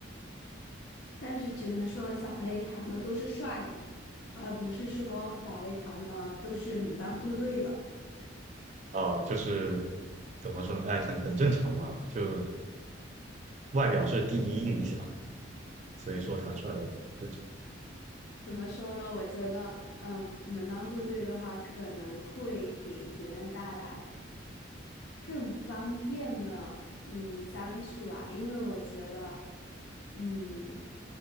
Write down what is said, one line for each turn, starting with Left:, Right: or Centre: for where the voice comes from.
Left: 但是只能说小 A 谈的都是帅的，而不是说小 A 谈的都是门当户对的。
Right: 啊，就是怎么说呢？哎，很很正常嘛，就外表是第一印象，所以说谈出来很正常。
Left: 怎么说呢？我觉得，嗯，门当户对的话，可能会给别人带来更方便的，嗯，相处吧。因为我觉得你